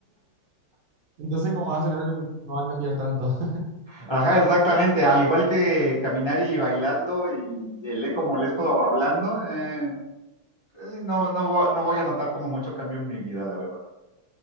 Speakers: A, on the right; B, on the left.
A: Entonces, como va a ser algo que no va a cambiar tanto? <laughs>
B: Ajá, exactamente, al igual que caminar y bailando y el eco molesto hablando, eh, eh, no, no, vo- no voy a notar como mucho cambio en mi vida, la verdad.